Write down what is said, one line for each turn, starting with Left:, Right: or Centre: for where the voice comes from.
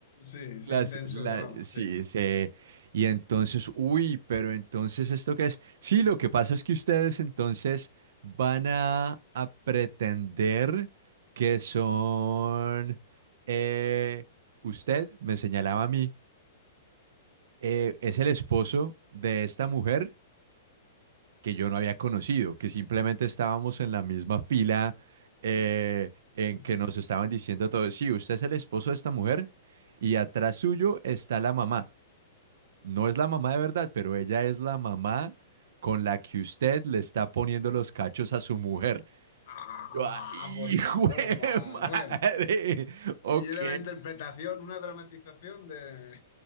Left: Sí,
Right: Las,
Left: sin censura,
Right: la-
Left: vamos,
Right: sí,
Left: sí,
Right: se, y entonces, uy, pero entonces, ¿esto qué es? Sí, lo que pasa es que ustedes entonces van a, a pretender que son, eh, usted me señalaba a mí, eh, es el esposo de esta mujer que yo no había conocido, que simplemente estábamos en la misma fila eh, en
Left: sí.
Right: que nos estaban diciendo todo sí, usted es el esposo de esta mujer y atrás suyo está la mamá. No es la mamá de verdad, pero ella es la mamá con la que usted le está poniendo los cachos a su mujer.
Left: Ah,
Right: Yo,
Left: va,
Right: "Ay,
Left: por
Right: hijo
Left: favor,
Right: de
Left: Manuel.
Right: madre! Ok,
Left: Y era una interpretación, una dramatización de...